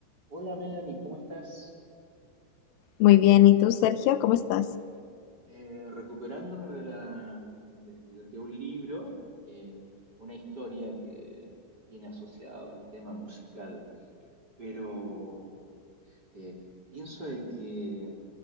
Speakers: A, on the right; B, on the left.
A: Hola Melanie, ¿cómo estás?
B: Muy bien, ¿y tú, Sergio? ¿Cómo estás?
A: Eh, recuperándome de, la, de, de- de un libro, eh, una historia que tiene asociado el tema musical, pero eh, pienso de que eh,